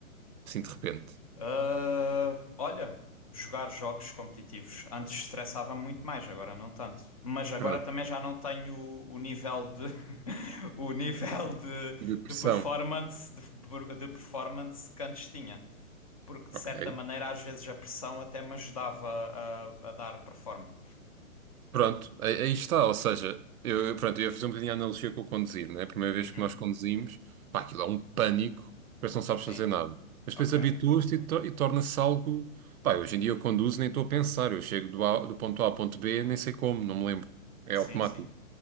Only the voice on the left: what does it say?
Ah, olha, jogar jogos competitivos. Antes estressava-me muito mais, agora não tanto. Mas agora
também já não tenho o, o nível de <laughs> o nível de,
de performance de, de performance que antes tinha. Porque de
certa maneira, às vezes a pressão até me ajudava a, a dar performance.
Uhum.
Sim,
ok.
Sim,
sim.